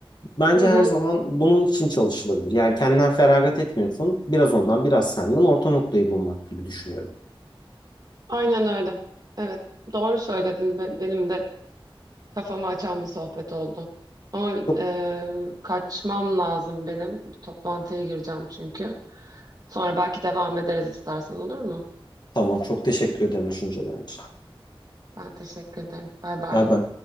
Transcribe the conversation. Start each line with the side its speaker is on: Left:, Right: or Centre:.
Left: Bence
Right: Hı hı.
Left: her zaman bunun için çalışılabilir. Yani kendinden feragat etmiyorsun. Biraz ondan, biraz senden orta noktayı bulmak gibi düşünüyorum.
Right: Aynen öyle. Evet. Doğru söyledin. Be- Benim de kafamı açan bir sohbet oldu. Ama
Left: Çok
Right: e, kaçmam lazım benim. Bir toplantıya gireceğim çünkü. Sonra belki devam ederiz istersen olur mu?
Left: tamam, çok teşekkür ederim düşüncelerin için.
Right: Ben teşekkür ederim. Bay bay.
Left: Bay bay.